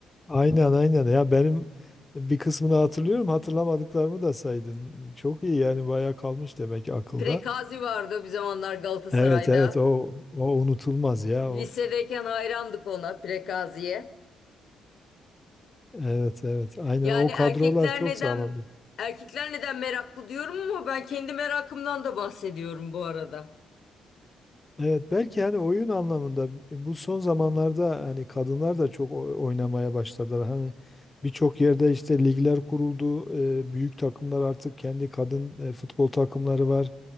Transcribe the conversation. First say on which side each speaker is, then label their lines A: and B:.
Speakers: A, on the left (about 20°); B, on the left (about 65°).
A: Aynen aynen. Ya benim bir kısmını hatırlıyorum. Hatırlamadıklarımı da saydın. Çok iyi yani bayağı kalmış demek ki akılda.
B: Prekazi vardı bir zamanlar Galatasaray'da.
A: Evet evet o o unutulmaz ya
B: Lisedeyken
A: o.
B: hayrandık ona Prekazi'ye.
A: Evet evet aynen
B: Yani
A: o
B: erkekler
A: kadrolar çok
B: neden
A: sağlamdı.
B: erkekler neden meraklı diyorum ama ben kendi merakımdan da bahsediyorum bu arada.
A: Evet belki hani oyun anlamında bu son zamanlarda hani kadınlar da çok o- oynamaya başladılar. Hani birçok yerde işte ligler kuruldu. e, büyük takımlar artık kendi kadın e, futbol takımları var.